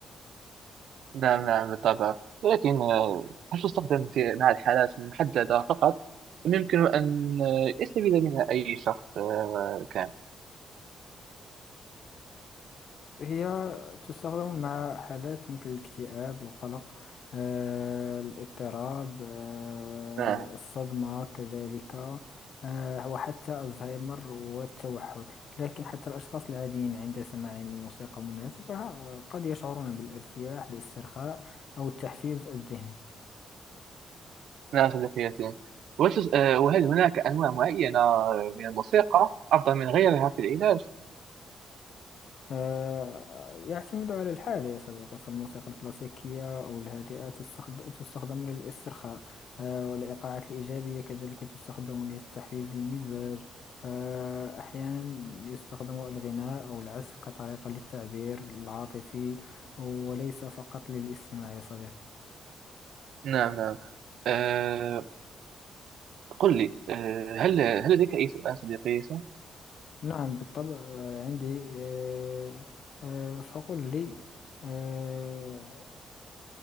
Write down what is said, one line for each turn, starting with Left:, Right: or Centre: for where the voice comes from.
Right: نعم نعم بالطبع ولكن آه، هل تستخدم في مع الحالات المحددة فقط؟ أم يمكن أن آه، يستفيد منها أي شخص آه، كان؟
Left: هي تستخدم مع حالات مثل الاكتئاب القلق آه، الاضطراب آه،
Right: نعم
Left: الصدمة كذلك آه، وحتى الزهايمر والتوحد لكن حتى الأشخاص العاديين عند سماعهم لموسيقى مناسبة آه، قد يشعرون بالارتياح الاسترخاء أو التحفيز الذهني
Right: نعم صديقيتي وتس... آه، وهل هناك أنواع معينة من الموسيقى أفضل من غيرها في العلاج؟
Left: آه، يعتمد على الحالة يا صديقي فالموسيقى الكلاسيكية أو الهادئة تستخد- تستخدم للاسترخاء آه، والإيقاعات الإيجابية كذلك تستخدم لتحفيز المزاج فأحيانا يستخدم الغناء أو العزف كطريقة للتعبير العاطفي وليس فقط للاستماع يا صديقي
Right: نعم نعم أه... قل لي أه... هل هل لديك أي سؤال صديقيتي؟
Left: نعم بالطبع آه، عندي آه، آه، فقل لي آه،